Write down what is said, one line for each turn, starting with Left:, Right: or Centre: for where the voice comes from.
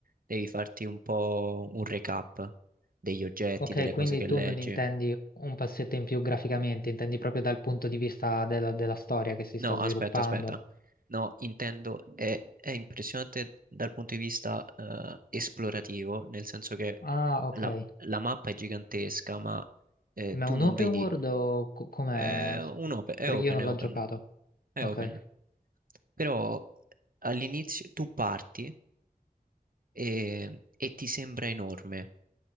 Right: devi farti un po' un recap degli oggetti,
Left: Ok,
Right: delle
Left: quindi
Right: cose che
Left: tu
Right: leggi.
Left: non intendi un passetto in più graficamente, intendi proprio dal punto di vista della, della storia che si
Right: No,
Left: sta sviluppando.
Right: aspetta, aspetta. No, intendo, è, è impressionante dal punto di vista eh, esplorativo, nel senso che
Left: Ah, ok.
Right: la, la mappa è gigantesca, ma eh,
Left: Ma
Right: tu
Left: è un
Right: non
Left: open
Right: vedi,
Left: world o co- com'è?
Right: è
Left: Scu-
Right: un open, è
Left: Perché
Right: open,
Left: io non
Right: è
Left: l'ho
Right: open,
Left: giocato.
Right: è
Left: Ok.
Right: open. Però all'inizio tu parti e, e ti sembra enorme,